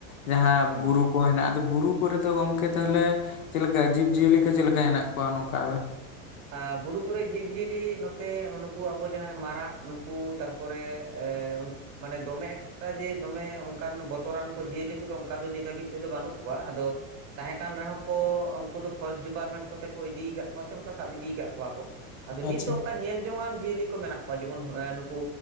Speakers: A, on the left; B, on the right.
A: ᱡᱟᱦᱟᱸ
B: ᱦᱩᱸ
A: ᱵᱩᱨᱩ ᱠᱚ ᱦᱮᱸᱱᱟᱜ, ᱟᱫᱚ ᱵᱩᱨᱩ ᱠᱚᱨᱮ ᱫᱚ ᱜᱚᱝᱠᱮ ᱛᱟᱦᱚᱞᱮ ᱪᱮᱫ ᱞᱮᱠᱟ ᱡᱤᱵ ᱡᱤᱭᱟᱹᱞᱤ ᱠᱚ ᱪᱮᱫ ᱞᱮᱠᱟ ᱦᱮᱸᱱᱟᱜ ᱠᱚᱣᱟ ᱱᱚᱝᱠᱟ?
B: ᱟ ᱵᱩᱨᱩ ᱠᱚᱨᱮᱜ ᱡᱤᱵᱽᱼᱡᱤᱭᱟᱹᱞᱤ ᱱᱚᱛᱮ ᱱᱩᱠᱩ ᱟᱵᱚ ᱡᱟᱦᱟᱸᱭ ᱢᱟᱨᱟᱜ ᱱᱩᱠᱩ ᱛᱟᱨᱯᱚᱨᱮ ᱮᱸ ᱢᱟᱱᱮ ᱫᱚᱢᱮ ᱮᱠ ᱮᱴᱟᱜ ᱡᱮ ᱫᱚᱢᱮ ᱚᱱᱠᱟᱱ ᱵᱚᱛᱚᱨᱟᱱ ᱠᱚ ᱡᱤᱭᱟᱹᱞᱤ ᱠᱚᱫᱚ ᱚᱱᱠᱟ ᱫᱚ ᱱᱤᱛ ᱦᱟᱹᱵᱤᱡ ᱛᱮᱫᱚ ᱵᱟᱹᱱᱩᱜ ᱠᱚᱣᱟ ᱟᱫᱚ ᱛᱟᱦᱮᱸ ᱠᱟᱱ ᱨᱮᱦᱚᱸ ᱠᱚ ᱩᱱᱠᱩ ᱫᱚ ᱯᱷᱚᱨᱮᱥᱴ ᱰᱤᱯᱟᱨᱴᱢᱮᱱᱴ ᱠᱚᱛᱮ ᱠᱚ ᱤᱫᱤ ᱠᱟᱫ ᱠᱚᱣᱟ ᱥᱮ ᱚᱱᱠᱟ ᱥᱟᱵ ᱤᱫᱤ ᱠᱟᱫ ᱠᱚᱣᱟ ᱠᱚ ᱟᱫᱚ ᱱᱤᱛ
A: ᱟᱪᱪᱷᱟ
B: ᱫᱚ ᱚᱱᱠᱟ ᱧᱮᱞ ᱡᱚᱝ ᱟᱱ ᱡᱤᱭᱟᱹᱞᱤ ᱠᱚ ᱢᱮᱱᱟᱜ ᱠᱚᱣᱟ ᱡᱮᱢᱚᱱ ᱮ ᱱᱩᱠᱩ